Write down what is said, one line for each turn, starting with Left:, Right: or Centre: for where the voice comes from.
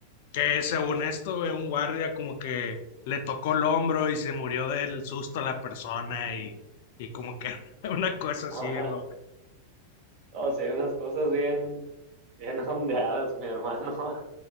Left: Que según esto, güey, un guardia como que le tocó el hombro y se murió del susto a la persona y, y como que <laughs> una cosa así
Right: <laughs>
Left: bien loca.
Right: o sea, unas cosas bien, bien <laughs> ondeadas, mi hermano. <laughs>